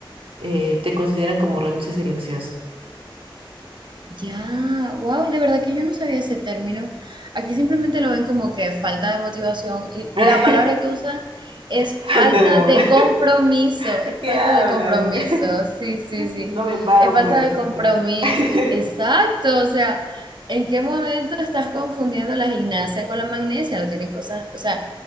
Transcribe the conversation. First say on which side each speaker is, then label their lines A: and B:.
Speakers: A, on the right (about 90°); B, on the right (about 60°).
A: eh, te consideran como renuncia silenciosa.
B: Ya, wow, de verdad que yo no sabía ese término. Aquí simplemente lo ven como que falta de motivación y
A: <laughs>
B: la palabra que usan es
A: Falta
B: falta
A: de moda.
B: de compromiso,
A: <laughs>
B: es
A: ¿Qué
B: falta
A: hablan?
B: de compromiso,
A: <laughs>
B: sí, sí, sí,
A: No me pagan
B: es falta
A: por eso.
B: de compromiso.
A: <laughs>
B: Y- Exacto, o sea, ¿en qué momento estás confundiendo la gimnasia con la magnesia? No tienen cosas, o sea,